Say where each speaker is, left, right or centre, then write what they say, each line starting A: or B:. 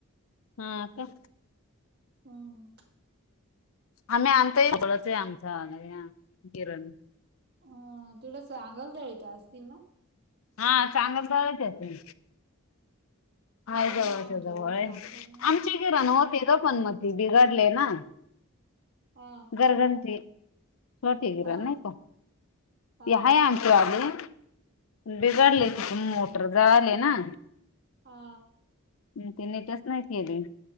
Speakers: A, on the left; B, on the right.
A: हा का.
B: हम्म.
A: आम्ही आणता ये पडत आहे, आमचा किरण.
B: अ तेवढं चांगल द्याळीथ असतील ना.
A: हा, चांगल दळत्याती. हाय
B: तसं
A: जवळच्या
B: आमच्या
A: जवळ
B: एवढं
A: हाय,
B: चांगल नाही
A: आमची
B: दळीत
A: गिरण होती ग पण ती बिघाडलय ना.
B: हा
A: घरघंटी होती गिरण
B: हा
A: नाही का, ती
B: हा
A: हय आम्ही ली बिघडले
B: हा
A: तिथे मोटर झळाळी ना.
B: हा.
A: मग ती नीटच नाही केली,